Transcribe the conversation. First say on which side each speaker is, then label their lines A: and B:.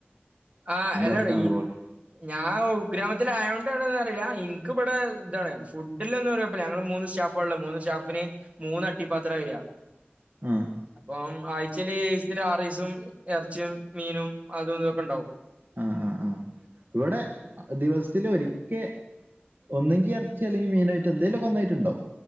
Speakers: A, on the right (about 35°); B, on the right (about 55°).
A: ആ
B: നമ്മുടെ
A: എല്ലോടെ
B: അടുക്കാണ്
A: ഈ
B: പോലെ
A: ഞാൻ ഉൾ ഗ്രാമത്തിലാ യതോണ്ടാണോന്നറീല്ല. ഇൻക്ക് ഇബടെ താണ്. ഫുഡ് ഇല്ലല്ലപ്പ ഞങ്ങൾ മൂന്ന് സ്റ്റാഫാള്ള മൂന്ന് സ്റ്റാഫിന് മൂന്ന് അട്ടിപ്പാത്രം വരിക
B: ആ
A: അപ്പം ആഴ്ച്ചേല് സെത്തിന് ആറീസം എറ ച്ചും മീനും അതും തൊക്കെ ണ്ടാവും.
B: ആ ആ ആ. ഇവ്ടെ ദിവസത്തില് ഒരിക്കെ ഒന്നെങ്കി എറച്ചി അല്ലെങ്കി മീയിനായിട്ട് എന്തേലൊക്കെ ഒന്നായിട്ട്ണ്ടാവും.